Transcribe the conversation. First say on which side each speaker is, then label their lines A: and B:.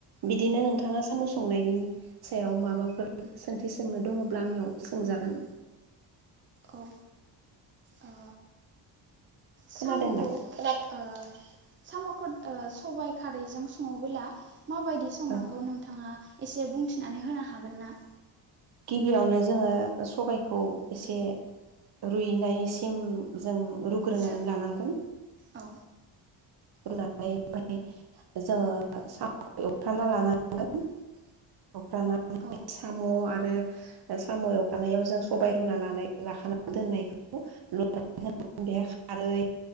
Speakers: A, on the right (about 55°); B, on the right (about 25°).
A: बिदिनो नोंथाङा साम' संनायनि सायाव माबाफोर सोंथि सोंनो दङब्ला आंनियाव सोंजागोन।
B: औ औ
A: खोनादों
B: साम'खौ
A: दा
B: ओ साम'खौ सबाइ खारैजों सङोबोला माबायदि संनांगौ
A: औ
B: नोंथाङा एसे बुंथिनानै होनो हागोन ना
A: गिबियावनो जोङो सबायखौ एसे रुइनायसिम जों रुग्रोनानै
B: सो
A: लानांगोन
B: औ
A: रुनानै ओमफ्राय जोङो सामखौ एवखाना लानांगोन <inaudible>
B: औ
A: साम' <inaudible> साम' एवखानायाव जों सबाय रुना लानाय लाखाना दोननायखौ बेहाय खारै